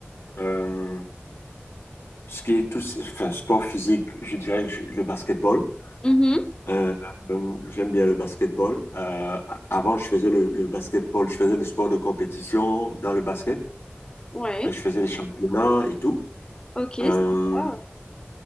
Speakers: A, on the left; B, on the left.
A: euh, ce qui est tout, enfin, sport physique, je dirais je- le basketball.
B: Mhm.
A: Euh, euh, j'aime bien le basketball. Euh, avant, je faisais le, le basketball, je faisais le sport de compétition dans le basket.
B: Ouais.
A: Euh, Je faisais les championnats et tout.
B: Ok,
A: Euh,
B: sympa.